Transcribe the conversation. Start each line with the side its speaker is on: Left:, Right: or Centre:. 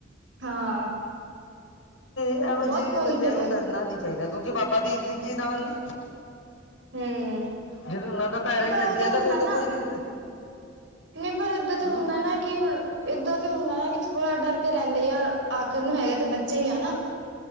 Right: ਹਾਂ।
Left: ਏਓ
Right: ਬਹੁਤ
Left: ਜੀ
Right: ਪੋਜ਼ਟਿਵ
Left: ਬੰਦੇਆਂ ਨੂੰ
Right: ਹੈ
Left: ਡਰਨਾ ਨੀ ਚਾਈਦਾ ਕੋਕਿ ਬਾਬਾ ਦੀਪ ਸਿੰਘ ਜੀ ਨਾਲ ਨੇ।
Right: ਹਮ
Left: ਜਦੋਂ ਉਨਾ ਦਾ ਪੈਰਾ
Right: ਨਹੀਂ
Left: ਈ
Right: ਪਰ
Left: ਲੱਗੇਆ
Right: ਉਹ ਹੁੰਦਾ
Left: ਤ ਫੇਰ ਤਾਂ
Right: ਨਾ
Left: ਕੋਈ ਵੀ
Right: <unintelligible> ਪਰ ਏਦਾਂ ਤੇ
Left: ਹੂੰ
Right: ਹੁੰਦਾ ਨਾ ਕਿ ਹੁਣ ਏਦਾਂ ਤੇ ਹੁੰਦਾ ਨਾ ਕਿ ਥੋੜਾ ਡਰ ਤੇ ਰੈਂਦੇ ਆ, ਆਖਰ ਨੂੰ ਹੈਗੇ ਤਾਂ ਬੱਚੇ ਈ ਆ ਨਾ।